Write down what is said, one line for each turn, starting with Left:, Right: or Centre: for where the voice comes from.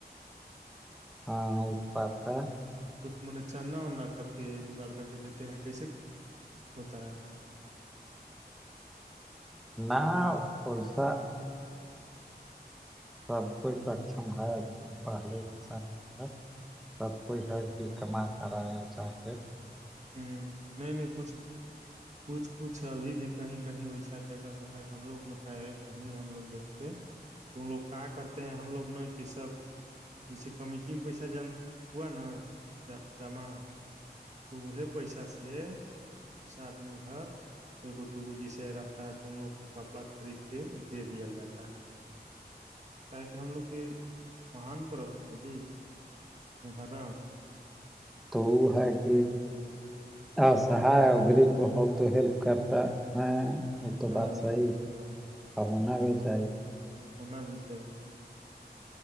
Centre: ہاں وہ تو بات ہے
Right: میں نے چاندہ وندا کر کے جگاڑ کر کے دیتے ہیں کیسے ہوتا ہے
Centre: نہ پیسہ <unintelligible> سب کچھ اکچم ہے ا بھیھی پہلے جیسا نہیں ہے <unintelligible> سب کوئی ہے کہ کما کرا ہے اچھا سے
Right: ہوں نہیں نہیں کچھ کچھ کچھ ابھی بھی کہیں کہیں ویسا جگہ میں ہے ہم لوگ میں ہے کہیں ہم لوگ جگہ پہ تم لوگ کا کرتے ہیں ہم لوگ نا کہ سب جیسے کمیٹی میں پیسہ ج ہوا نا ج جمع تو وہ پیسہ سے اس آدمی گھر او دوگو جیسے رہتا ہے تو ان لوگ کے کپڑا خرید کے دے دیال جاتا ہے کیا کہ ہم لوگ کی مہان پرب نا ہے جی محرا
Centre: تو وہ ہے کہ ا سہا گری ہو تو ہیلپ کرتا ہے وہ تو
Right: ہاں
Centre: بات صحیح ہے اور ہونا بھی چاہیے
Right: ہونا بھی چاہیے